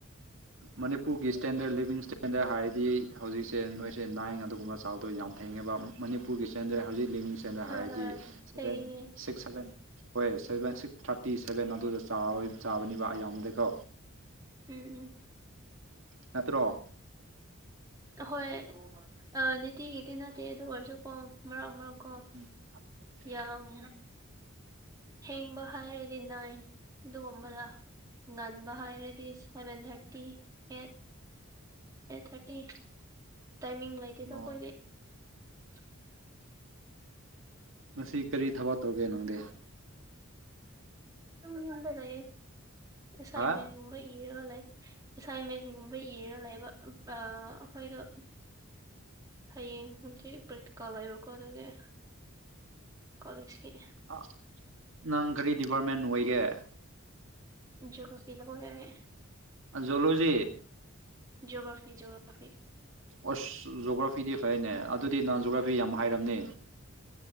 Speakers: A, on the right; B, on the right.
A: ꯃꯅꯤꯄꯨꯔꯒꯤ ꯏꯁꯇꯦꯟꯗꯔꯠ ꯂꯤꯕꯤꯡ ꯏꯁꯇꯦꯟꯗꯔꯠ ꯍꯥꯏꯔꯗꯤ ꯍꯧꯖꯤꯛꯁꯦ ꯅꯣꯏꯁꯦ ꯅꯥꯏꯟ ꯑꯗꯨꯒꯨꯝꯕ ꯆꯥꯎꯗꯣꯏ ꯌꯥꯝ ꯊꯦꯡꯉꯦꯕ ꯃꯅꯤꯄꯨꯔꯒꯤ ꯏꯁꯇꯦꯟꯗꯔ ꯍꯧꯖꯤꯛ ꯂꯤꯕꯤꯡ ꯏꯁꯇꯦꯟꯗꯔ
B: ꯑꯥ
A: ꯍꯥꯏꯔꯗꯤ
B: ꯑꯥ
A: ꯁꯕꯦꯟ
B: ꯊꯦꯡꯉꯦ
A: ꯁꯤ ꯁꯚꯦꯟ ꯍꯣꯏ ꯁꯚꯦꯟ ꯁꯤꯛꯁ ꯊꯥꯔꯇꯤ ꯁꯚꯦꯟ ꯑꯗꯨꯗ ꯆꯥꯕ ꯆꯥꯕꯅꯤꯕ ꯑꯌꯥꯝꯕꯗꯤꯀꯣ
B: ꯎꯝ ꯎꯝ
A: ꯅꯠꯇ꯭ꯔꯣ
B: ꯑ ꯍꯣꯏ ꯑ ꯅꯤꯇꯤꯒꯤꯗꯤ ꯅꯠꯇꯦ ꯑꯣꯏꯔꯁꯨꯀꯣ ꯃꯔꯛ ꯃꯔꯛ ꯀꯣ
A: ꯎꯝ <unintelligible>
B: ꯌꯥꯝ ꯊꯦꯡꯕ ꯍꯥꯏꯔꯗꯤ ꯅꯥꯏꯟ ꯑꯗꯨꯒꯨꯝꯕꯗ ꯉꯟꯕ ꯍꯥꯏꯔꯗꯤ seven thirty eight eight thirty timing ꯂꯩꯇꯦꯗ
A: ꯑꯣ
B: ꯑꯩꯈꯣꯏꯗꯤ <inaudible>
A: ꯉꯁꯤ ꯀꯔꯤ ꯊꯕꯛ ꯇꯧꯒꯦ ꯅꯪꯗꯤ
B: ꯗꯨꯝ ꯌꯨꯝꯗ ꯂꯩꯌꯦ ꯑꯁꯥꯏꯟꯃꯦꯟꯒꯨꯝꯕ
A: ꯍꯥ
B: ꯏꯔꯒ ꯂꯩ ꯑꯦꯁꯥꯏꯟꯃꯦꯟꯒꯨꯝꯕ ꯏꯔ ꯂꯩꯕ ꯑ ꯑꯩꯈꯣꯏꯗꯣ ꯍꯌꯦꯡ ꯅꯨꯡꯊꯤꯜ ꯄ꯭ꯔꯦꯛꯇꯤꯀꯦꯜ ꯂꯩꯕꯀꯣ ꯑꯗꯨꯒꯤ ꯀꯣꯂꯦꯁꯀꯤ
A: ꯑꯥ ꯅꯪ ꯀꯔꯤ ꯗꯤꯄꯥꯔꯠꯃꯦꯟ ꯑꯣꯏꯒꯦ
B: ꯖꯣꯒ꯭ꯔꯥꯐꯤ ꯂꯧꯋꯦ
A: ꯑꯖꯣꯂꯣꯖꯤ
B: ꯖꯣꯒ꯭ꯔꯥꯐꯤ ꯖꯣꯒ꯭ꯔꯥꯐꯤ
A: ꯑꯣꯁ ꯖꯣꯒ꯭ꯔꯥꯐꯤꯗꯤ ꯐꯩꯅꯦ ꯑꯗꯨꯗꯤ ꯅꯡ ꯖꯣꯒ꯭ꯔꯥꯐꯤ ꯌꯥꯝ ꯍꯥꯏꯔꯝꯅꯤ